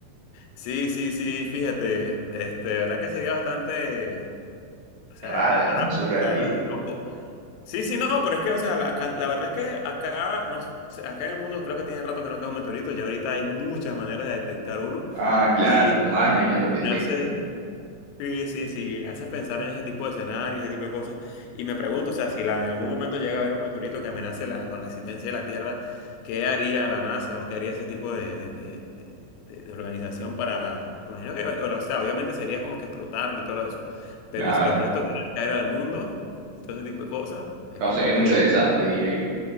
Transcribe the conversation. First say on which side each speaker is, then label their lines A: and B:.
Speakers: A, on the left (about 85°); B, on the right (about 70°).
A: Sí, sí, sí, fíjate, este, verdad que sería bastante, o sea,
B: Raro,
A: raro,
B: ¿no? Surrealista.
A: o sea, loco. Sí, sí, no, pero es que, o sea, la, can- la verdad es que acá, no sé, acá en el mundo creo que tiene rato que no cae un meteorito, ya ahorita hay muchas maneras de detectar uno
B: Ah, claro,
A: y
B: con años ya lo detectan,
A: hace,
B: ¿no?
A: Sí, sí, sí, me hace pensar en ese tipo de escenarios, ese tipo de cosas. Y me pregunto, o sea, si la- en algún momento llega a haber un meteorito que amenace la, con la existencia de la Tierra, ¿qué haría la NASA o qué haría ese tipo de, de- de- de- de- de organización para... me imagino que, o sea, obviamente sería como que explotarlo y todo eso. Pero
B: Claro.
A: ¿y si los restos vienen a caer al mundo y todo ese tipo de cosas? Es
B: Causaría
A: como
B: mucho
A: que,
B: desastre, diré yo.